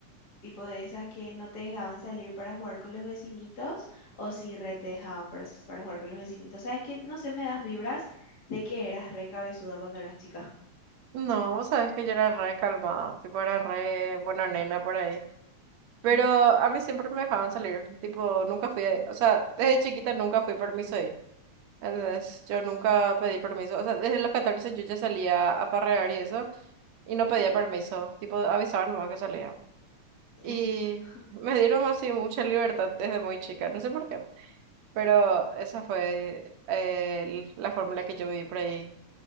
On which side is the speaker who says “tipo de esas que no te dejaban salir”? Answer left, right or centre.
Left